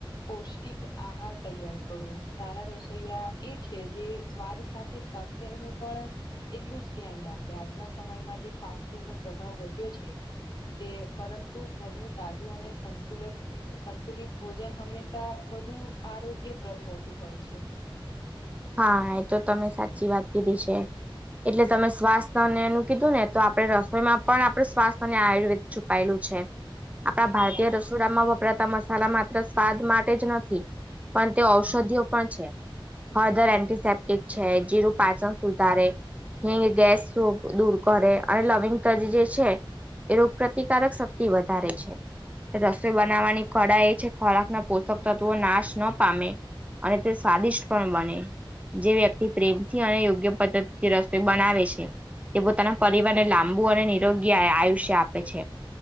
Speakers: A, on the left (about 50°); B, on the right (about 15°).
A: પૌષ્ટિક આહાર તૈયાર કરો સારા રસોઈયા એ છે જે સ્વાદ સાથે <unintelligible> નું પણ એટલું જ ધ્યાન રાખે આજના સમયમાં જે ફાસ્ટ ફૂડ નો પ્રભાવ વધ્યો છે તે પરંતુ ઘરનું તાજું અને સંતુલન સંતુલિત ભોજન હંમેશા વધુ આરોગ્યપ્રદ હોતું હોય છે.
B: હા એ તો તમે સાચી વાત કીધી છે. એટલે તમે સ્વાસ્થ અને એનું કીધું ને તો આપડણે રસોઈમાં પણ આપડે સ્વાસ્થ્ય અને આયુર્વેદ છુપાયેલું છે.
A: <inaudible>
B: આપણા ભારતીય
A: હા
B: રસોડામાં વપરાતા મસાલા માત્ર સ્વાદ માટે જ નથી. પણ તે ઔષધિઓ પણ છે. ફર્ધર એન્ટિસેપ્ટિક છે જીરું પાચન સુધારે. એ ગેસ <unintelligible> દૂર કરે અને લવિંગ તજ જે છે એ રોગપ્રતિકારક શક્તિ વધારે છે. રસોઈ બનાવવાની કળા એ છે ખોરાક ના પોષક તત્વો નાશ ન પામે. અને તે સ્વાદિષ્ટ પણ બને. જે વ્યક્તિ પ્રેમથી અને યોગ્ય પદ્ધતિથી રસ્ઈ બનાવે છે. તે પોતાના પરિવારને લાંબુ અને નિરોગી આયુષ્ય આપે છે